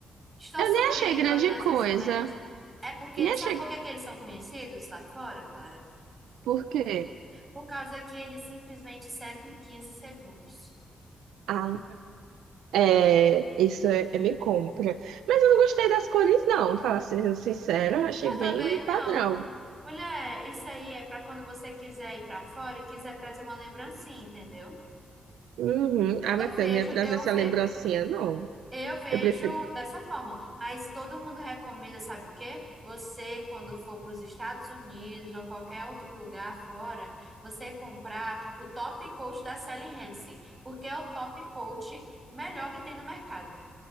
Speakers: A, on the right; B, on the right.
A: estão
B: Eu
A: suprindo
B: nem achei grande
A: a minha necessidade.
B: coisa.
A: É porque
B: Nem
A: eles,
B: achei.
A: sabe por que que eles são conhecidos lá fora, Clara?
B: Por quê?
A: Por causa que ele simplesmente seca em 15 segundos.
B: Ah, É, isso é, é me compra. Mas eu não gostei das cores, não. Falar sendo sincera, achei
A: Eu
B: bem
A: também não.
B: padrão.
A: Mulher, isso aí é para quando você quiser ir para fora e quiser trazer uma lembrancinha, entendeu?
B: Uhum. Ah,
A: Eu
B: minha filha,
A: vejo,
B: não ia trazer
A: eu
B: essa
A: ve,
B: lembrancinha, não.
A: eu vejo
B: Eu prefiro.
A: dessa forma, mas todo mundo recomenda, sabe o quê? Você, quando for para os Estados Unidos ou qualquer outro lugar fora, você comprar o top coat da Sally Hansen, porque é o top coat melhor que tem no mercado.